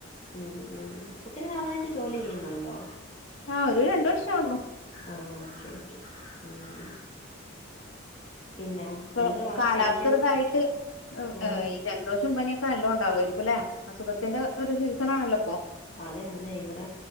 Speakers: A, on the left; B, on the left.
A: ഉം ഉം ഒത്തിരി നാളായിട്ട് ജോലി ചെയ്യുന്നുണ്ടോ
B: ആഹ് ഒരു രണ്ടു വർഷം ആവുന്നു
A: ആഹ് ഓക്കെ ഓക്കെ ഉം പിന്നെ
B: ഇപ്പൊ
A: എന്തുവാ
B: കാലാവസ്ഥക്കായിട്ട്
A: കഴിക്കൻ ആഹ്
B: ഈ ജലദോഷം പനി ഒക് <unintelligible> എല്ലാം ഉണ്ടാവായിരിക്കും അല്ലേ അസുഖത്തിന്റെ ഒരു സീസണാണല്ലോ ഇപ്പൊ
A: അതെ അതെ ഇവിട